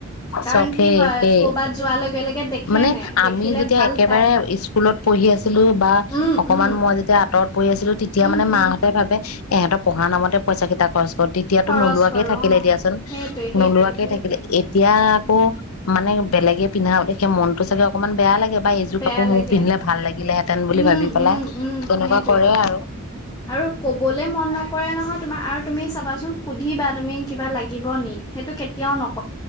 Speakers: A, on the left (about 15°); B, on the left (about 85°).
A: কাৰণ
B: চখে
A: কি হয়
B: একেই
A: কৰবাত যোৱাৰ লগে লগে দেখে
B: মানে
A: নে দেখিলে
B: আমি যেতিয়া
A: ভাল
B: একেবাৰে
A: পায়
B: স্কুলত পঢ়ি আছিলো বা
A: উম,
B: অকনমান
A: উম,
B: মই যেতিয়া আঁতৰত পঢ়ি আছিলো তেতিয়া
A: উম,
B: মানে মাহঁতে
A: উম,
B: ভাবে এহঁতৰ পঢ়া নামতে পইচা কেইটা খৰচ কৰ তেতিয়াতো
A: খৰচ
B: নোলোৱাকে
A: কৰো
B: থাকিলে
A: অ'।
B: দিয়াচোন
A: সেইটোৱে সেইটোৱে
B: নোলোৱাকে
A: সেইটোৱে
B: থাকিলে এয়া আকৌ মানে বেলেগে পিন্ধাও দেখে মনটো চাগে অকনমান বেয়া লাগে এইবাৰ এইযোৰ
A: বেয়া
B: কাপোৰ মোৰ
A: লাগে।
B: পিন্ধিলে ভাল লাগিলেহেঁতেন বুলি
A: উম,
B: ভাবি পেলাই
A: উম, উম,
B: তেনেকুৱা
A: সেইটোৱে।
B: কৰে আৰু
A: আৰু কবলে মন নকৰে নহয় তোমাৰ আৰু তুমি চাবাচোন সুধিবা তুমি কিবা লাগিব নি সেইটো কেতিয়াও নক